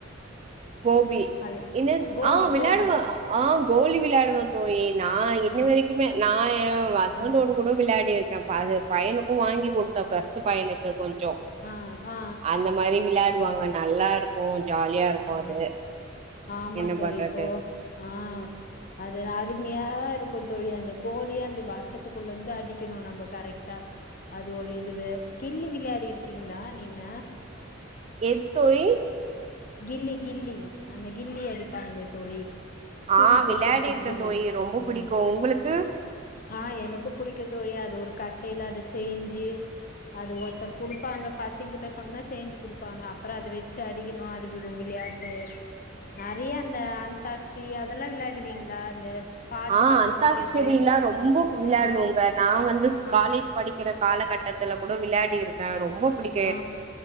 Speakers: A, on the right; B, on the left.
A: கோபி
B: அல்ல
A: என்னத்
B: கோலி
A: ஆ விளாடுவ
B: கோலி
A: ஆ கோலி விளாடுவ தோழி நா இன்னி
B: ஆ
A: வரைக்குமே நா ஏ ஹஸ்பண்டோடு
B: ஆ
A: கூடோ விளாடி இருக்கே பா பையனுக்கு வாங்கி குடுத்த ஃபஸ்ட்டு பையனுக்கு கொஞ்சோ
B: ஆ ஆ
A: அந்த மாறி விளாடுவாங்க நல்லா இருக்கும் ஜாலியா இருக் கும்
B: ஆ
A: அது
B: ஆமா
A: என்ன
B: தோழி
A: பண்றது
B: இப்போ ஆ அது அருமையா இருக்கும் தோழி அந்த கோலிய அந்த வட்டத்துகுள்ள இருந்து அடிக்கணு நம்ப கரெக்ட்டா அது ஒரு இதுவு கில்லி விளையாடியிருக்கீங்களா நீங்க
A: எத் தோழி
B: கில்ல கில்லி அந்த கில்லி அடிப்பாங்களே தோழி தூக்கி
A: ஆ விளாடிருக்கே
B: போட்டு இப்டி கில்லி
A: தோழி ரொம்ப
B: ம்
A: புடிக்கும் உங்களுக்கு
B: ஆ எனக்கும் புடிக்கும் தோழி அது ஒரு கட்டையில அத செய்ஞ்சு அது ஒருத்தர் குடுப்பாங்க பசங்கிட்ட சொன்னா செய்ஞ்சு குடுப்பாங்க அப்புறோ அத வெச்சு அடிக்கணு அது ஒரு விளையாட்டு நெறையா அந்த அந்தாக்ஸ்சி அதெல்லா விளாடுவீங்களா அந்த பாட்டு
A: ஆ
B: கண்டுபிடிக்கிறது
A: அந்தாக்ஸரில்லா ரொம்ப விளையாடுவேங்க
B: ஆ
A: நா வந்து
B: ஆ
A: காலேஜ் படிக்கிற காலகட்டத்துல கூட விளையாடியிருக்கே ரொம்ப புடிக்
B: அ